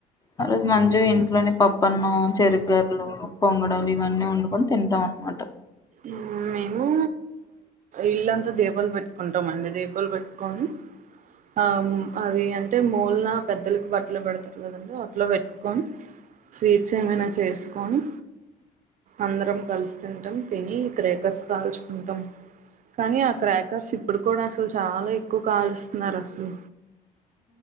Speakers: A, on the left (about 20°); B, on the right (about 50°).
A: అ రోజు మంచిగ ఇంట్లోనే పప్పన్నం చెరు గరెలు, పొంగడాలు ఇవన్నీ వండుకొని తింటాం అన్నమాట.
B: మ్మ్ మేమూ. ఇల్లంతా దీపాలు పెట్టుకుంటామండి దీపాలు పెట్టుకొని. ఆహ్ అవీ అంటే మూలన పెద్దలకు బట్టలు పెడతారు కదండి. అట్ల పెట్టుకొని స్వీట్స్ ఏమైనా చేసుకొని అందరం కలిసి తింటం. తిని క్రాకర్స్ కాల్చుకుంటం కానీ ఆ క్రాకర్స్ ఇప్. ఇప్పుడు కూడ అసలు చాల ఎక్కువ కాలుస్తున్నారు అసలు.